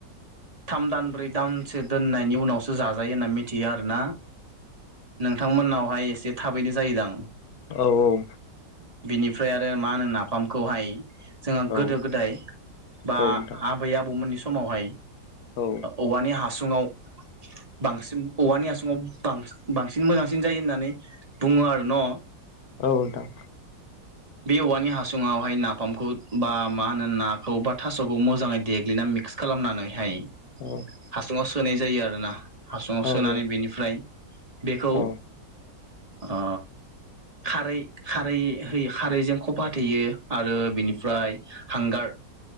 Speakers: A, on the right; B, on the left.
A: थाम दान, ब्रै दानसो दोननायनि उनावसो जाजायो होनना मिथियो आरोना। नोंथांमोननावहाय एसे थाबैनो जायोदां।
B: औ औ।
A: बिनिफ्राय आरो मा होनो नाफामखौहाय जों
B: औ
A: गोदो -गोदाय बा
B: औ नोंथां
A: आबै -आबौमोननि समावहाय
B: औ
A: औवानि <unintelligible> <unintelligible> बांसिन औवानि हासुआव बां-बांसिन मोजांसिन जायो होननानै बुं बुङो आरो न'?
B: औ, नोंथां।
A: बे औवानि हासुङावहाय नाफामखौ बा मा होनो नाखौ बा थास'खौ मोजाङै देग्लिना मिक्स खालामनानैहाय
B: औ
A: हासुङाव सोनाय जायो आरोना ।हासुङाव
B: औ
A: सोनानै
B: नोंथां
A: बेनिफ्राय बेखौ
B: औ
A: ओ खारै- खारै होयो। खारैजों खफा होथेयो आरो बिनिफ्राय हांगार